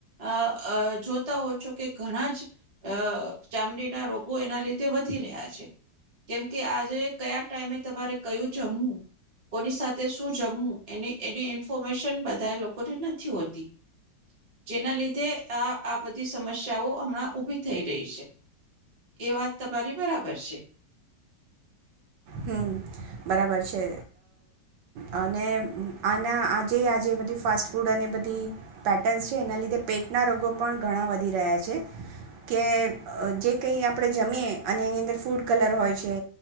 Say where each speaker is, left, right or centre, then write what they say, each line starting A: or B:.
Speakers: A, on the right; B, on the right.
A: અ અ જો તો છો કે ઘણા જ અ ચામડીના રોગો એના લીધે વધી રહ્યા છે કેમ કે આજે કયા ટાઈમે તમારે કયું જમવું કોની સાથે શું જમવું એની ઇન્ફોર્મેશન બધા લોકોને નથી હોતી જેના લીધે આ આ બધી સમસ્યાઓ હમણાં ઊભી થઈ રહી છે, એ વાત તમારી બરાબર છે.
B: હમ, બરાબર છે. અ-અને આના આજે-આજે બધી ફાસ્ટ ફૂડ અને બધી પેટન્સ છે, એના લીધે પેટના રોગો પણ ઘણાં વધી રહ્યા છે, કે અ જે કંઈ આપણે જમીએ અને એની અંદર ફૂડ કલર હોય છે.